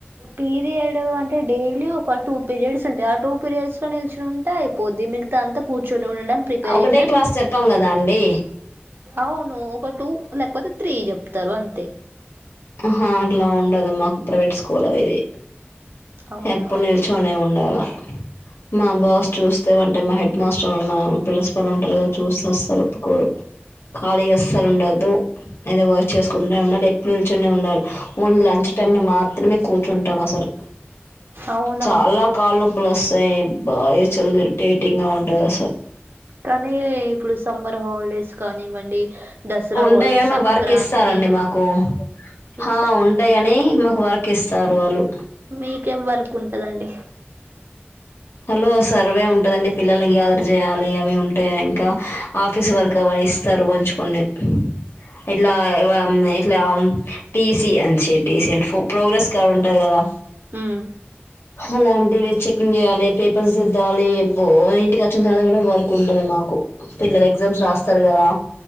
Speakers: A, on the right; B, on the left.
A: పీరియడ్ అంటే డైలీ ఒక టూ పీరియడ్స్ ఉంటాయ్ ఆ టూ పీరియడ్స్లో నిల్చోనుంటే అయిపోద్ది మీ తాంతా కూర్చొని ఉండడం ప్రిపరేషన్
B: ఒకటే క్లాస్ చెప్పాం కదా అండి
A: అవును. ఒక టూ లేకపోతే త్రీ చెప్తారు అంతే
B: ఆహా అట్లా ఉండదు మాకు ప్రైవేట్ స్కూల్ ఇది
A: అవునా
B: ఎప్పుడ్నిల్చొనే ఉండాల మా బాస్ చూస్ స్తే అంటే మా హెడ్ మాస్టర్ మా ప్రిన్సిపల్ ఉంటరు కదా చూస్తే అస్సలు ఒప్పుకోరు. ఖాళీగా అస్సలుండద్దు ఏదో వర్క్ చేసుకుంటూనే ఉండాలి. ఎప్పుడు నిల్చొనే ఉండాలి. ఓన్లీ లంచ్ టైంలో మాత్రమే కూర్చుంటాం అసలు
A: అవునా
B: చాలా కాల్ నొప్పులోస్తాయ్ బాయ్స్ చాలా ఇర్రిటేటింగ్గా ఉంటదసలు.
A: కానీ ఇప్పుడు సమ్మర్ హాలిడేస్ కానివ్వండి. దసరా
B: ఉంటాయి
A: హాలిడేస్
B: కాని మాకు
A: సంక్రాంతి
B: వర్క్ ఇస్తారండి మాకు
A: ఈ
B: హా
A: సం
B: ఉంటాయి కాని మా వర్క్ ఇస్తారు వాళ్ళు
A: మీకేం వర్క్ ఉంటదండి.
B: హలో సర్వే ఉంటదండి పిల్లల్ని గ్యాదర్ చేయాలి అవి ఉంటాయ్ ఇంకా ఆఫీస్ వర్క్ అవి ఇస్తారు కొంచ్కొన్ని ఇట్లా ఇట్లా టీసీ అంచి టీసి అంట ప్రోగ్రెస్ కార్డు ఉంటది కదా
A: మ్
B: అలాంటివి చేయాలి పేపర్స్ రిద్దాలి అబ్బో ఇంటికి వచ్చిన తర్వాత కూడా వర్క్ ఉంటది మాకు పిల్లల ఎగ్జామ్స్ రాస్తరు కదా